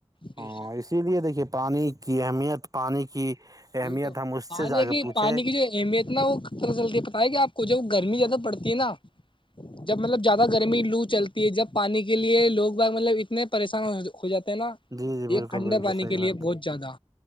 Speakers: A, on the left; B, on the right.
A: بے
B: ہ
A: شک
B: اسی لیے دیکھیے پانی کی اہمیت پانی کی اہمیت
A: وہی تو
B: ہم اس
A: پانی
B: سے جا کے
A: کی
B: پوچھے
A: پانی کی جو اہمیت نہ وہ جلدی پتائے آپ کو جب گرمی زیادہ پڑتی ہے نا جب مطلب زیادہ گرمی لو چلتی ہے جب پانی کے لیے لوگ ب مطلب اتنے پریشان ہو جاتے نا
B: جی جی
A: یہ
B: بالکل
A: ٹھنڈے
B: بالکل
A: پانی
B: صحیح
A: کے لیے
B: بات
A: بہت زیادہ